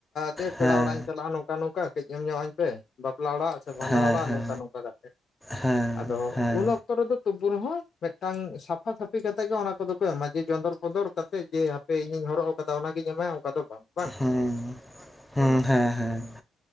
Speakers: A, on the left; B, in the centre.
A: ᱫᱮ ᱯᱮᱲᱟ
B: ᱦᱮᱸ
A: ᱚᱲᱟᱜ ᱤᱧ ᱪᱟᱞᱟᱜᱼᱟ ᱱᱚᱝᱠᱟ ᱱᱚᱝᱠᱟ ᱠᱟᱹᱡ ᱮᱢ ᱧᱚᱜ-ᱟᱹᱧ ᱯᱮ ᱵᱟᱯᱞᱟ ᱚᱲᱟᱜ ᱥᱮ ᱵᱷᱟᱸᱰᱟᱱ
B: ᱦᱮᱸ
A: ᱚᱲᱟᱜ
B: ᱦᱮᱸ
A: ᱱᱚᱝᱠᱟ ᱱᱚᱝᱠᱟ ᱠᱟ ᱠᱟᱛᱮᱫ
B: ᱦᱮᱸ
A: ᱟᱫᱚ
B: ᱦᱮᱸ
A: ᱩᱱ ᱚᱛᱚ ᱨᱮᱫᱚ ᱛᱩᱵᱩ ᱨᱮᱦᱚᱸ ᱢᱤᱫᱴᱟᱝ ᱥᱟᱯᱷᱟ ᱥᱟᱹᱯᱷᱤ ᱠᱟᱛᱮᱜ ᱜᱮ ᱚᱱᱟ ᱠᱚᱫᱚ ᱠᱚ ᱮᱢᱟ ᱡᱮ ᱪᱚᱱᱫᱚᱨ ᱯᱚᱸᱚᱫᱚᱨ ᱠᱟᱛᱮᱜ ᱡᱮ ᱮ ᱤᱧᱤᱧ ᱦᱚᱨᱚᱜ ᱟᱠᱟᱫᱟ ᱚᱱᱟᱜᱤᱧ ᱮᱢᱟᱭ ᱚᱱᱠᱟ ᱫᱚ ᱵᱟᱝ ᱵᱟᱝ
B: ᱦᱮᱸ ᱦᱮᱸ
A: ᱩᱱ ᱚᱠᱛᱚ
B: ᱦᱮᱸ ᱦᱮᱸ